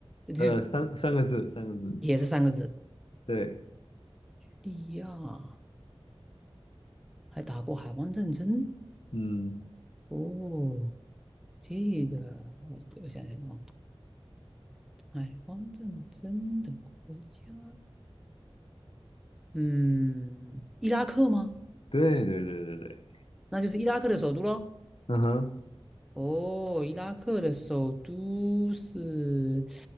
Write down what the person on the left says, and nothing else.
呃，三三个字，三个字。
对，
嗯，
对对对对对，
嗯哼，